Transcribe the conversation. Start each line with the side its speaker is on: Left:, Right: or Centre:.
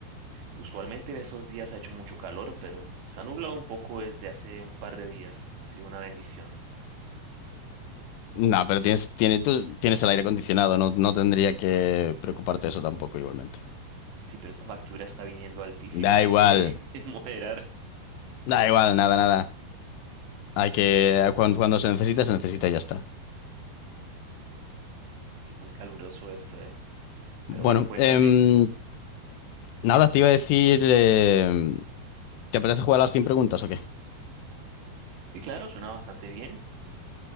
Right: Usualmente en esos días ha hecho mucho calor, pero se ha nublado un poco desde hace un par de días. Ha sido una bendición.
Left: No, pero tienes, tiene- tú tienes el aire acondicionado, no, no tendría que preocuparte eso tampoco igualmente.
Right: Sí, pero esa factura está viniendo altísima,
Left: Da
Right: hay
Left: igual,
Right: que <laughs> moderar.
Left: da igual, nada, nada. Hay que, cuan- cuando, se necesita, se necesita y ya está.
Right: Sí, muy caluroso esto, eh.
Left: Bueno,
Right: Pero bueno, cuéntame.
Left: em, nada, te iba a decir, em, ¿te apetece jugar a las 100 preguntas o qué?
Right: Sí, claro, suena bastante bien.